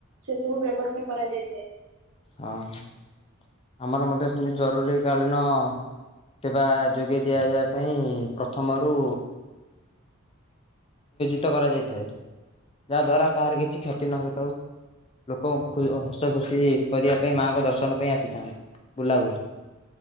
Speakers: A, on the right; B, on the left.
A: ସେ ସବୁ ବ୍ୟବସ୍ଥା କରାଯାଇଥାଏ।
B: ହଁ ଆମର ମଧ୍ୟ ସେମିତି ଜରୁରୀ କଳୀନ ସେବା ଯୋଗେଇ ଦିଆଯିବା ପାଇଁ ପ୍ରଥମରୁ ନିଯୁକ୍ତ କରାଯାଇଥାଏ ଯାହା ଦ୍ୱାରା କାହାର କିଛି କ୍ଷତି ନ ହେଥାଉ ଲୋକ ହସ ଖୁସି କରିବା ପାଇଁ ମାଙ୍କ ଦର୍ଶନ ପାଇଁ ଆସିଥାନ୍ତି ବୁଲାବୁଲି